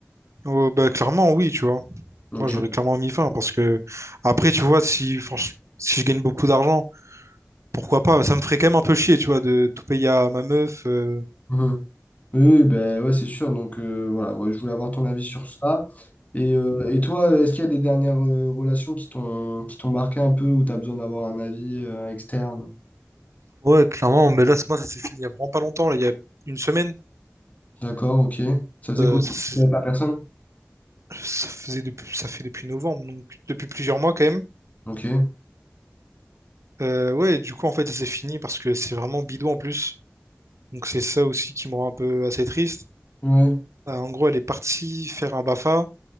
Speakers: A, on the right (about 75°); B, on the left (about 30°).
A: Euh, bah, clairement, oui, tu vois.
B: Donc,
A: Moi, j'aurais
B: euh,
A: clairement mis fin parce que après, tu vois, si, franch- si je gagne beaucoup d'argent, pourquoi pas? Ça me ferait quand même un peu chier, tu vois, de tout payer à ma meuf. euh,
B: mhm. Oui, ben ouais, c'est sûr. Donc euh, voilà, ouais, je voulais avoir ton avis sur ça. Et, euh, et toi, est-ce qu'il y a des dernières euh, relations qui t'ont qui t'ont marqué un peu ou t'as besoin d'avoir un avis euh, externe?
A: Ouais, clairement, mais là, c'est- moi, ça s'est fini il y a vraiment pas longtemps, là, il y a une semaine.
B: D'accord, ok. Ça faisait
A: Euh,
B: combien
A: ça,
B: de
A: s'est-
B: temps que t'étais avec la personne?
A: ça faisait depuis, ça fait depuis novembre, donc depuis plusieurs mois quand même.
B: Ok.
A: Euh, ouais, et du coup, en fait, ça s'est fini parce que c'est vraiment bidon en plus. Donc, c'est ça aussi qui me rend un peu assez triste.
B: Ouais.
A: Euh, en gros, elle est partie faire un BAFA,